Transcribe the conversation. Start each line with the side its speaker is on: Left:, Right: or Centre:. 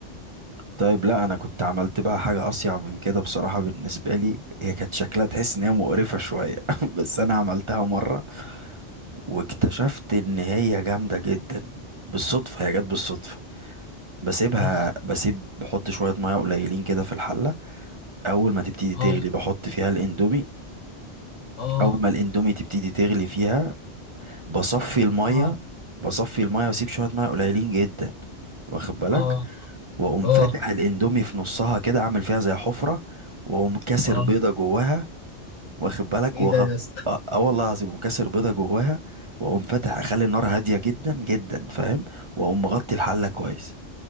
Right: طيب لا انا كنت عملت بقى حاجه اصيع من كده بصراحه بالنسبه لي هي كانت شكلها تحس ان هي مقرفه شويه <laughs> بس انا عملتها مره واكتشفت ان هي جامده جدا بالصدفه هي جت بالصدفه بسيبها
Left: آه.
Right: بسيب بحط شويه ميه قليلين كده في الحله اول ما تبتدي تغلي
Left: اه
Right: بحط فيها الاندومي
Left: اه
Right: اول ما الاندومي تبتدي تغلي فيها بصفي الميه
Left: اه
Right: بصفي الميه واسيب شويه ميه قليلين جدا واخد بالك
Left: اه
Right: واقوم
Left: اه
Right: فاتح الاندومي في نصها كده عامل فيها زي حفرة واقوم كاسر
Left: اه
Right: بيضة جواها واخد بالك
Left: ايه
Right: وغط
Left: ده يا اسطى
Right: اه آه والله العظيم اقوم كاسر بيضة جواها واقوم فاتح اخلي النار هادية جدا جدا فاهم واقوم مغطي الحلة كويس